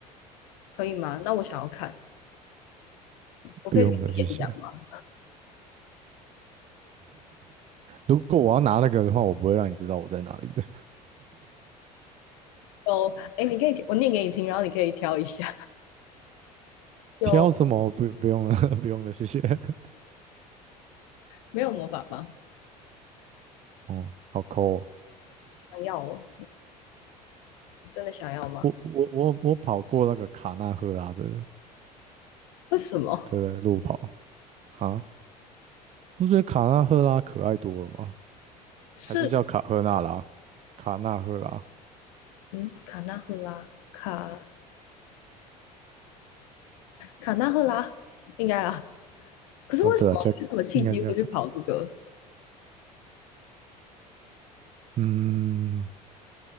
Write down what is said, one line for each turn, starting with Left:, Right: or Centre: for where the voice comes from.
Left: 可以吗？那我想要看，我可以去演讲吗？
Right: 不用的，谢谢。如果我要拿那个的话，我不会让你知道我在哪里的。
Left: 有，哎，你可以，我念给你听，然后你可以挑一下。有
Right: 挑什么？不不用了，<laughs> 不用了，谢谢。<laughs>
Left: 没有魔法棒？
Right: 哦，好抠哦。
Left: 想要哦，真的想要吗？
Right: 我我我我跑过那个卡纳赫拉的
Left: 为什么？
Right: 的路跑啊，不觉得卡纳赫拉可爱多了吗？
Left: 是
Right: 还是叫卡赫纳拉？卡纳赫拉？
Left: 嗯，卡纳赫拉，卡卡纳赫拉，应该啊。可是为什么？
Right: 哦，对啊，叫应该叫卡。
Left: 是什么契机会去跑这个？
Right: 嗯，